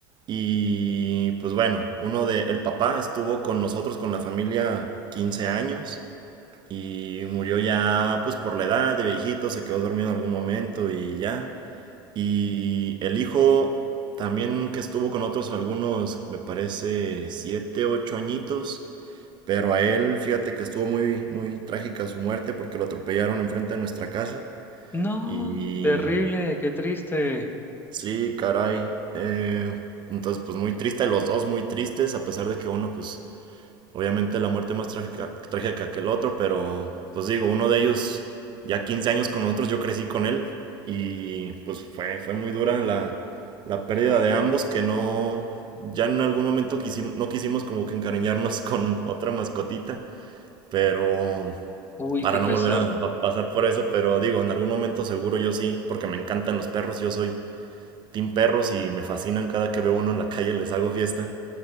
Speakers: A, on the right; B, on the left.
A: Y pues bueno, uno de el papá estuvo con nosotros, con la familia, 15 años. Y murió ya, pues por la edad de viejito, se quedó dormido en algún momento y ya. Y el hijo también que estuvo con otros algunos, me parece, siete, ocho añitos. Pero a él, fíjate que estuvo muy, muy trágica su muerte porque lo atropellaron enfrente de nuestra casa.
B: No,
A: Y
B: terrible, qué triste.
A: sí, caray. eh, entonces, pues muy triste, los dos muy tristes, a pesar de que uno, pues Obviamente la muerte más trágica, trágica que el otro, pero pues digo, uno de ellos ya 15 años con nosotros, yo crecí con él y pues fue, fue muy dura la, la pérdida de ambos que no, ya en algún momento quisimos no quisimos como que encariñarnos <laughs> con otra mascotita, pero
B: Uy,
A: para
B: qué
A: no
B: pesar.
A: volver a, a pasar por eso, pero digo, en algún momento seguro yo sí, porque me encantan los perros, yo soy team perros y me fascinan cada que veo uno en la calle, les hago fiesta.